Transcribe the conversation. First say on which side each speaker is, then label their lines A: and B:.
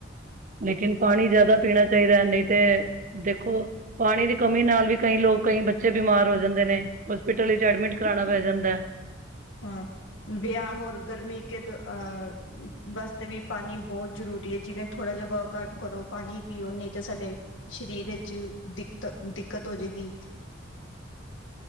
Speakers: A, on the right; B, on the left.
A: ਲੇਕਿਨ ਪਾਣੀ ਜ਼ਿਆਦਾ ਪੀਣਾ ਚਾਈਦਾ, ਨਹੀਂ ਤੇ। ਦੇਖੋ, ਪਾਣੀ ਦੀ ਕਮੀ ਨਾਲ ਵੀ, ਕਈ ਲੋਕ, ਕਈ ਬੱਚੇ ਬਿਮਾਰ ਹੋ ਜਾਂਦੇ ਨੇ। ਹੋਸਪਿਟਲ ਵਿਚ ਐਡਮਿਟ ਕਰਾਣਾ ਪੈ ਜਾਂਦਾ।
B: ਹਾਂ, ਵਿਆਮ ਔਰ ਗਰਮੀ ਕੇ ਦ ਅ। ਵਾਸਤੇ ਵੀ ਪਾਣੀ ਬਹੁਤ ਜਰੂਰੀ ਐ, ਜਿਵੇਂ ਥੋੜਾ ਜਿਹਾ ਵਰਕ ਆਊਟ ਕਰੋ, ਪਾਣੀ ਪੀਓ ਨਹੀਂ ਤਾਂ ਸਾਡੇ। ਸਰੀਰ ਵਿੱਚ ਦਿੱਕਤ, ਦਿੱਕਤ ਹੋਜੇਗੀ।